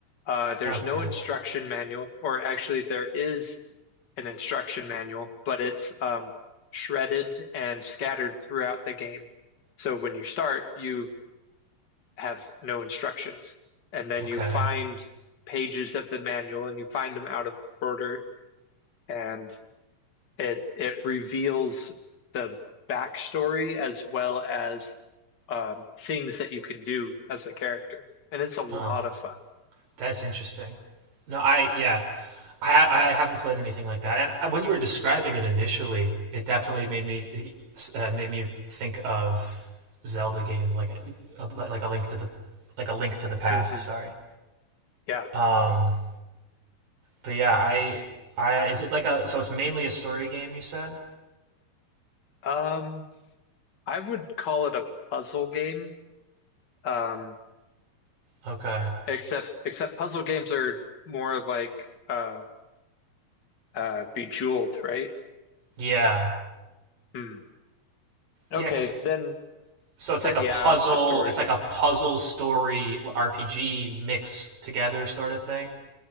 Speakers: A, on the left (about 30°); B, on the right (about 65°).
A: Uh, there's
B: Okay.
A: no instruction manual, or actually, there is an instruction manual, but it's um, shredded and scattered throughout the game. So when you start, you have no instructions. And then
B: Okay.
A: you find pages of the manual and you find them out of order and it it reveals the backstory as well as um, things that you can do as a character. And it's a lot
B: Oh,
A: of fun.
B: that's interesting. No, I yeah, I I haven't played anything like that. And uh, when you were describing it initially, it definitely made me uh, made me think of Zelda games like a, like a link to the like a link to the past.
A: hmm
B: Sorry.
A: Yeah.
B: Um, But yeah, I I is it like a so it's mainly a story game you said?
A: Um, I would call it a puzzle game. Um,
B: Okay.
A: except except puzzle games are more like uh, uh, Bejeweled, right?
B: Yeah.
A: Hmm. Okay,
B: Yeah, cuz
A: then
B: so it's
A: then
B: like a
A: yeah,
B: puzzle,
A: a story
B: it's
A: game.
B: like a puzzle story RPG mixed together sort of thing.